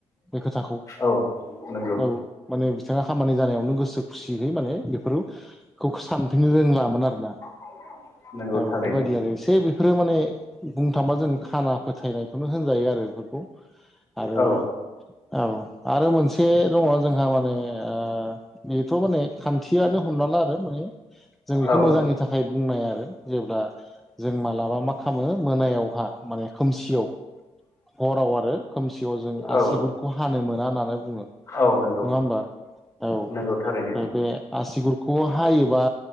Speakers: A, in the centre; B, on the left.
A: बे खोथाखौ
B: औ नंगौ
A: औ माने बिथाङा खामानि जानायावनो गोसो खुसियै माने बेफोरखौ सान <unintelligible> रोंलामोन आरोना।
B: <unintelligible>
A: औ
B: थारैनो
A: बेबायदि आरो इसे बेफोरो माने बुंनो थाङोबा जों खाना फोथायनायखौनो होनजायो आरो बेफोरखौ आरो
B: औ
A: औ आरो मोनसे दङ जोंहा माने आ बेथ' माने खान्थियानो हमना ला आरो माने जों बेखौ
B: औ
A: मोजांनि थाखाय बुंनाय आरो जेब्ला जों मालाबा मा खालामो मोनायावहा माने खोमसियाव हराव आरो खोमसियाव जों आसिगुुरखौ
B: औ
A: हानो मोना होननानै बुङो। नङा
B: औ नंगौ
A: होमबा औ
B: नंगौ थारैनो
A: बे आसिगुरखौ हायोबा